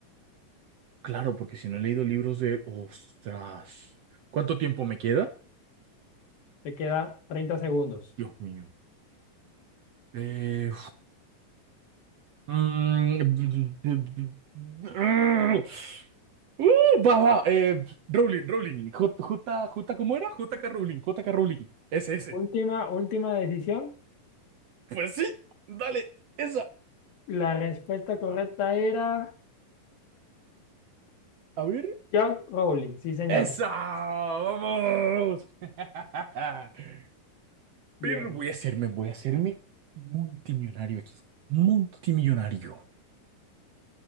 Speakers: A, on the right; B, on the left.
A: Claro, porque si no he leído libros de él, ostras. ¿Cuánto tiempo me queda?
B: te queda 30 segundos.
A: Dios mío. Eh, mm, <laughs> Uh, va, va, eh, Rowling, Rowling, J, J, J, ¿cómo era? JK Rowling, JK Rowling, ese, ese.
B: Última, última decisión.
A: Pues sí, dale, esa,
B: La respuesta correcta era
A: a ver,
B: George Rowling, sí señor.
A: esa, vamos. <laughs>
B: Bien.
A: Pero voy a hacerme, voy a hacerme multimillonario aquí. Multimillonario.